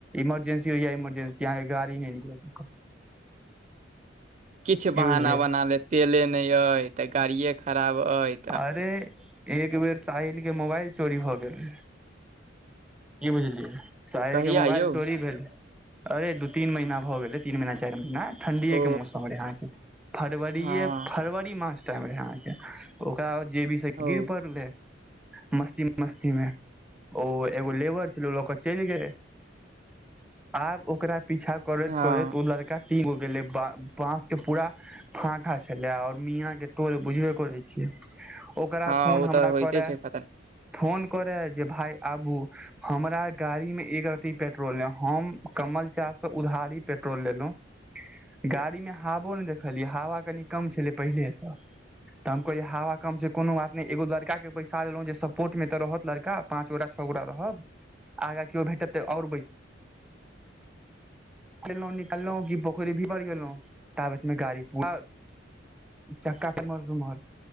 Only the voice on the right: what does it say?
किछ
बहाना
बना लेत तेले नहि अहि ते गाड़िये खराब अय।
कहिया
यौ
ओ
हँ
ओ
हँ
हँ
ओ
तऽ होइते
छै खतरनाक